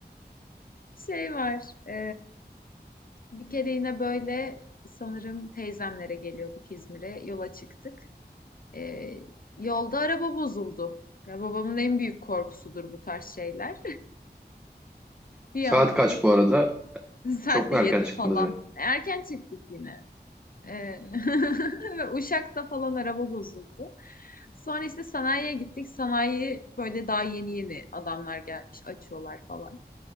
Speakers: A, on the left; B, in the centre.
A: Şey var. e, bir kere yine böyle sanırım teyzemlere geliyorduk İzmir'e. Yola çıktık. E, yolda araba bozuldu. Ya babamın en büyük korkusudur bu tarz şeyler. <laughs> Bir
B: Saat
A: anda.
B: kaç bu arada?
A: <laughs> Saat
B: Çok
A: de
B: mu
A: yedi
B: erken çıktınız
A: falan.
B: yine? <laughs>
A: Erken çıktık yine. Ee, <laughs> ve Uşak'ta falan araba bozuldu. Sonra işte sanayiye gittik. Sanayi böyle daha yeni yeni adamlar gelmiş açıyorlar falan.